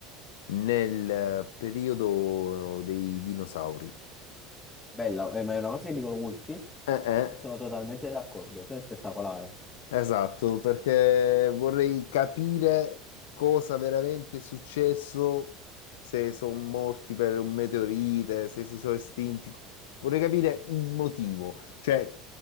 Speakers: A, on the left; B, on the left.
A: nel periodo dei dinosauri.
B: Bella, eh, ma è una cosa che dicono molti
A: Eh, eh,
B: e sono totalmente d'accordo, cioè è spettacolare.
A: Esatto, perché vorrei capire cosa veramente è successo, se sono morti per un meteorite, se si sono estinti. Vorrei capire il motivo, cioè